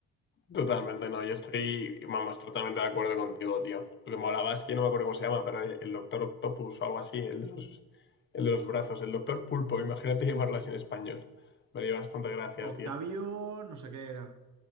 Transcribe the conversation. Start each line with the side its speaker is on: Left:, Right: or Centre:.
Left: Totalmente, no. Yo estoy, vamos, totalmente de acuerdo contigo, tío. Lo que molaba es que no me acuerdo cómo se llama, pero el Doctor Octopus o algo así, el de los, el de los brazos, el Doctor Pulpo, imagínate llamarlo así en español. Me haría bastante gracia,
Right: Octavio,
Left: tío.
Right: no sé qué era.